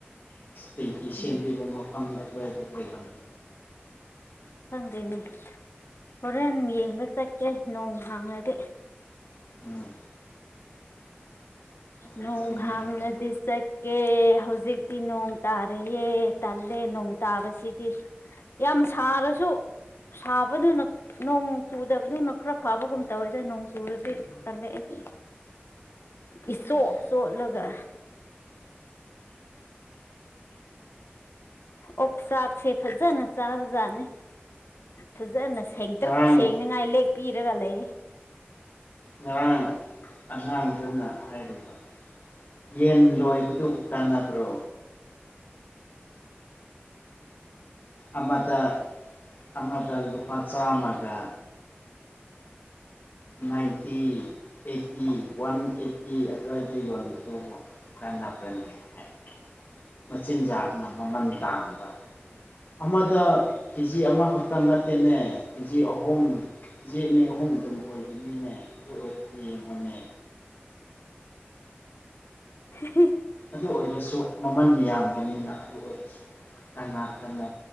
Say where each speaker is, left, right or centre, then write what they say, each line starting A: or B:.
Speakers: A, on the left (about 55°); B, on the left (about 75°).
A: ꯇꯦꯡꯇꯤ
B: ꯎꯝ
A: ꯁꯦꯝꯕꯤꯕ ꯃꯐꯝ ꯑꯗꯨꯋꯥꯏꯗ ꯂꯩꯔꯝꯃꯤ
B: ꯈꯪꯗꯦꯅꯦ ꯍꯣꯔꯦꯟ ꯌꯦꯡꯒ ꯆꯠꯀꯦ ꯅꯣꯡ ꯍꯥꯡꯉꯗꯤ
A: ꯎꯝ ꯐꯖꯅ
B: ꯅꯣꯡ ꯍꯥꯡꯉꯥꯗꯤ
A: ꯌꯦꯡꯉꯒ
B: ꯆꯠ ꯀꯦ ꯍꯧꯖꯤꯛꯇꯤ ꯅꯣꯡ ꯇꯥꯔꯤꯌꯦ ꯇꯜꯂꯦ ꯅꯣꯡ ꯇꯥꯕꯁꯤꯗꯤ ꯌꯥꯝ ꯁꯥꯔꯁꯨ ꯁꯥꯕꯗꯨꯅ ꯅꯣꯡ ꯆꯨꯗꯕꯗꯨꯅ ꯈꯔ ꯐꯥꯕꯒꯨꯝ ꯇꯧꯋꯦꯗ ꯅꯣꯡ ꯆꯨꯨꯔꯗꯤ ꯇꯜꯂꯦ ꯑꯩꯒꯤ ꯏꯆꯣꯠ
A: ꯎꯝ
B: ꯆꯣꯠꯂꯒ ꯑꯣꯛ ꯆꯥꯛꯁꯦ ꯐꯖꯅ ꯆꯥꯕꯖꯥꯠꯅꯤ ꯐꯖꯅ ꯁꯦꯡꯇ꯭ꯔꯤꯛ
A: ꯉꯔꯥꯡ
B: ꯁꯦꯡꯅꯤꯡꯉꯥꯏ ꯂꯦꯛꯄꯤꯔꯒ ꯂꯩꯌꯦ
A: ꯉꯔꯥꯡ ꯑꯉꯥꯡꯗꯨꯅ ꯍꯥꯏꯔꯤꯕ ꯌꯦꯟ ꯂꯣꯏꯕꯗꯨꯕꯨ ꯀꯥꯟꯅꯕ꯭ꯔꯣ ꯑꯃꯗ ꯑꯃꯗ ꯂꯨꯄꯥ ꯆꯥꯝꯃꯒ ꯅꯥꯏꯟꯇꯤ ꯑꯩꯠꯇꯤ ꯋꯥꯟ ꯑꯩꯠꯇꯤ ꯑꯗꯨꯋꯥꯏꯗ ꯌꯣꯟꯕꯗꯨꯕꯨ ꯀꯥꯟꯅꯕ꯭ꯔꯅꯤ ꯍꯥꯏ ꯃꯆꯤꯟꯖꯥꯛꯅ ꯃꯃꯟ ꯇꯥꯡꯕ ꯑꯃꯗ ꯀꯦ ꯖꯤ ꯑꯃꯈꯛꯇꯪ ꯅꯠꯇꯦꯅꯦ ꯀꯦ ꯖꯤ ꯑꯍꯨꯝ ꯌꯦꯠꯅꯦ ꯑꯍꯨꯝ ꯑꯗꯨꯝ ꯑꯣꯏꯕꯅꯤꯅꯦ ꯑꯗꯨ ꯑꯣꯏꯕꯗꯤ ꯌꯦꯡꯕꯅꯦ
B: ꯎ
A: ꯑꯗꯨ ꯑꯣꯏꯔꯁꯨ ꯃꯃꯜ ꯌꯥꯝꯕꯅꯤꯅ ꯑꯗꯨ ꯑꯣꯏꯔꯁꯨ ꯀꯅꯥ ꯀꯅ